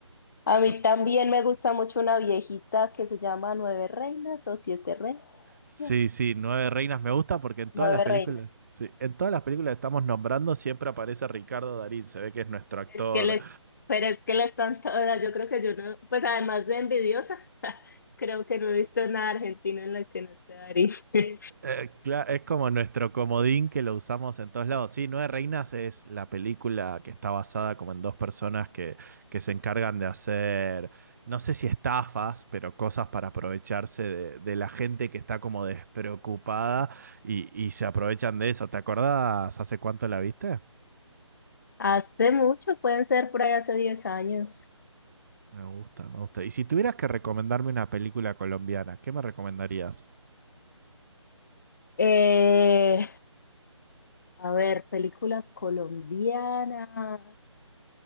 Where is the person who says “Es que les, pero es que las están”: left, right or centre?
Left